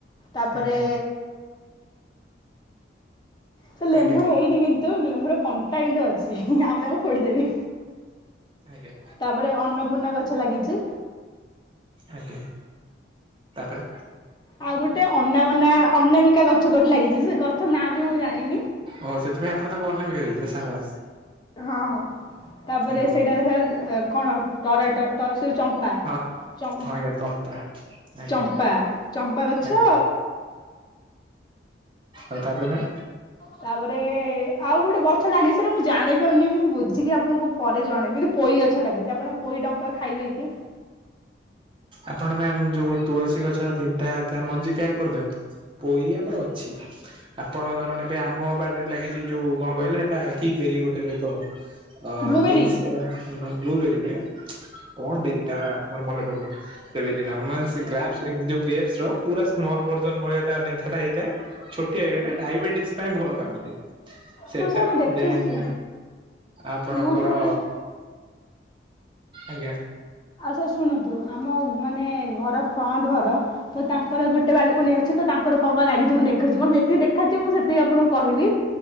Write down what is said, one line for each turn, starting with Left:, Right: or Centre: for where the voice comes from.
Left: ତାପରେ
Right: ଆଜ୍ଞା
Left: ସେ ଲେମ୍ବୁ
Right: ଆଜ୍ଞା
Left: ହେଇନି କିନ୍ତୁ ଲେମ୍ବୁର କଣ୍ଟା କିନ୍ତୁ ଅଛି ଆପଣଙ୍କୁ ଫୋଡିଦେବି।
Right: ଆଜ୍ଞା।
Left: ତାପରେ ଅନ୍ନପୂର୍ଣ୍ଣା ଗଛ ଲାଗିଛି।
Right: ଆଜ୍ଞା ତାପରେ?
Left: ଆଉ ଗୋଟେ ଅନାବନା ଅନାମିକା ଗଛ ଗୋଟେ ଲାଗିଛି ସେ ଗଛ ନାଁ ବି ମୁଁ ଜାଣିନି।
Right: ଓହ ସେଥିପାଇଁ ଆପଣ ତାକୁ ଅନାମିକା ଦେଇଥିଲେ ସାଙ୍ଗ
Left: ହଁ ହଁ ତାପରେ
Right: ଆଜ୍ଞା।
Left: ସେଇଟା ସ କଣ ଟରାଟ ଟ ସେ ଚ ଚମ୍ପା
Right: ହଁ
Left: ଚମ୍
Right: ହଁ ଆଜ୍ଞା ତମ୍ପା ଆଜ୍ଞା
Left: ଚମ୍ପା ଗଛ
Right: ଆଜ୍ଞା। ଆଉ ତାପରେ ନା
Left: ତାପରେ ଆଉ ଗୋଟେ ଗଛ ଲାଗି ସେଟା ମୁଁ ଜାଣିପାରୁନି ମୁଁ ବୁଝିକି ଆପଣଙ୍କୁ ପରେ ଜଣେଇବି କିନ୍ତୁ ପୋଇ ଗଛ ଲାଗିଛି ଆପଣ ପୋଇଡଙ୍କ ଖାଇବେ କି?
Right: ଆପଣ ମ୍ୟାମ ଜଉ ଯୋଉ ତୁଳସୀ ଗଛଟା ତିନ୍ତା ତା ମଞ୍ଜି ପ୍ୟାକ୍ କରିଦିଅନ୍ତୁ। ପୋଇ ଆମର ଅଛି। ଆପଣଙ୍କର ନେବେ ଆମ ବାଡିରେ ଲାଗିଛି ଯୋଉ କଣ କହିଲେ ଏଟା କି ବେରି ଗୋଟେ ରହିଥ ଅ
Left: ବ୍ଲୁବେରୀ
Right: ମିନ୍ସ ବ୍ଲୁବେରି ନୁହେ କଣ ବେରି ଟା ମୋର ମନେ ପଡୁନି। <unintelligible> ଗ୍ରେପସ୍ ର ପୁରା ସ୍ମଲ୍ ଭରଜନ୍ ଭଳିଆ ନେନ୍ଥା ଟା ହେଇଥାଏ। ଛୋଟିଆ ଇଏଟା ଡାଇବେଟିସ ପାଇଁ ଭଲ କାମ ଦିଏ। ସେଟା
Left: ହଁ ସାର୍ ମୁଁ ଦେଖିଛି
Right: ଦେନ୍ ଆପଣଙ୍କର
Left: ୟୁଟ୍ୟୁବରେ
Right: ଆଜ୍ଞା।
Left: ଆଚ୍ଛା ଶୁଣନ୍ତୁ ଆମ ମାନେ ଘର ଫ୍ରଣ୍ଟ ଘର ତ ତାଙ୍କର ଗୋଟେ ବାଲକୁନୀ ଅଛି ତ ତାଙ୍କର କଣ କଣ ଲାଗିଚି ମୁଁ ଦେଖୁଛି ମତେ ଯେତିକି ଦେଖାଯିବ ମୁଁ ସେତିକି ଆପଣଙ୍କୁ କହିବି।